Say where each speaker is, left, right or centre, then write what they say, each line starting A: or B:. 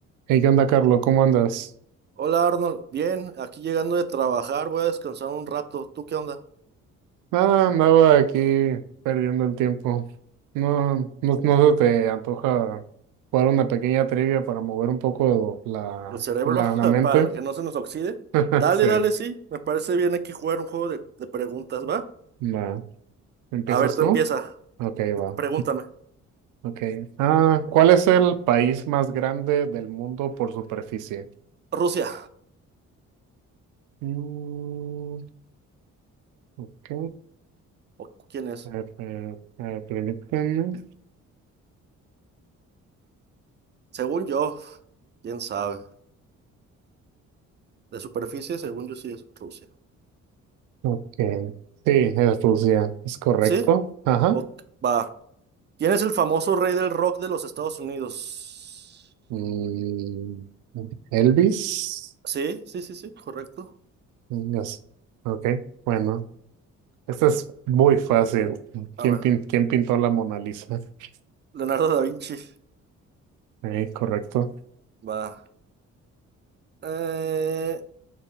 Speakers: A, on the right (about 85°); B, on the right (about 35°).
A: Hey, ¿qué onda, Carlos? ¿Cómo andas?
B: Hola Arnold, bien, aquí llegando de trabajar, voy a descansar un rato. ¿Tú qué onda?
A: Nada, andaba aquí perdiendo el tiempo. No, no, no se te antoja jugar una pequeña trivia para mover un poco la,
B: ¿El cerebro?
A: la,
B: <laughs>
A: la mente.
B: Para que no se nos oxide.
A: <laughs>
B: Dale,
A: Sí,
B: dale, sí, me parece bien aquí jugar un juego de, de preguntas, ¿va?
A: va. ¿Empiezas
B: A ver, tú
A: tú?
B: empieza,
A: Ok, va.
B: pregúntame.
A: Ok. Ah, ¿cuál es el país más grande del mundo por superficie?
B: Rusia,
A: Mm, ok.
B: ¿o quién es?
A: A ver, eh, eh, permíteme.
B: Según yo, quién sabe. De superficie, según yo sí es Rusia.
A: Ok. Sí, es Rusia. Es correcto.
B: ¿Sí?
A: Ajá.
B: O, va. ¿Quién es el famoso rey del rock de los Estados Unidos?
A: Mm, Elvis.
B: Sí, sí, sí, sí, correcto.
A: Yes. Ok, bueno. esta es muy fácil. ¿Quién,
B: A ver,
A: pin- quién pintó la Mona Lisa? <laughs>
B: Leonardo da Vinci.
A: Eh, correcto.
B: Va. Eh,